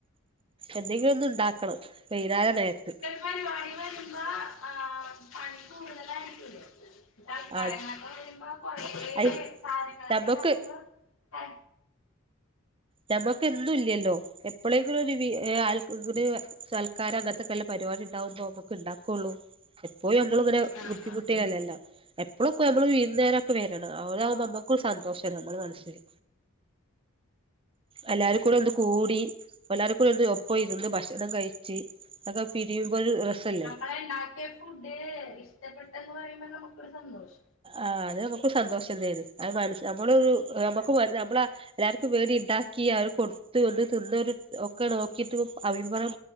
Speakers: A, on the right; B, on the left.
A: എന്തെങ്കിലും ഒന്ന്ണ്ടാക്കണം വെന്നാരനേര്ത്ത്
B: പരിവാടി വരുമ്പോ ആ പണി കൂടുതലായിരിക്കൊല്ലോ തക്കാരങ്ങളൊക്കെ
A: ആ
B: വരുമ്പോ കൊറേ
A: അത്
B: സാധനങ്ങളൊക്കെണ്ടാക്കുമ്പോ
A: നമ്മക്ക്
B: ത
A: നമുകെന്നുല്ലല്ലോ എപ്പളേങ്കിലും ഒരു വി ആൾക്ക ഇ സൽക്കാരം അങ്ങനത്തെക്കെല്ല പരിവാടിണ്ടാവുമ്പോ അമ്മക്ക് ഇണ്ടാക്കൊള്ളൂ എപ്പോഴും മ്മള്ഇങ്ങനെ
B: ആഹ്
A: ബുദ്ധിമുട്ടിയല്ലല്ലോ എപ്പളുക്കെ നമ്മള് വിര്ന്നേരൊക്കെ വെരണം അവരാവുമ്പോ മ്മക്കു സന്തോഷാണ് നമ്മളെ മനസ്സില് എല്ലാരുകൂടെ ഒന്ന്കൂടി എല്ലാരുക്കു ഒന്ന് ഒ ഒപ്പം ഇരുന്ന് ഭക്ഷണംകഴിച്ച് അക്കെ പിരിയുമ്പോ ഒരു രസല്ലേ
B: നമ്മളണ്ടാക്കിയ ഫുഡ് ഇഷ്ടപ്പെട്ടെന്ന് പറയുമ്പ നമുക്കൊരു സന്തോഷം
A: ആഹ് അത് നമുക്ക് സന്തോഷം തരും അത് മനസ്സ് നമ്മള് മ്മക്ക്
B: അതെ
A: നമ്മള എല്ലാര്ക്കും വേണ്ടി ഇണ്ടാക്കി അഹ് കൊട്ത്ത് വെന്ന് തിന്നൊരു ഒക്കെ നോക്കിട്ട് അഭിപനം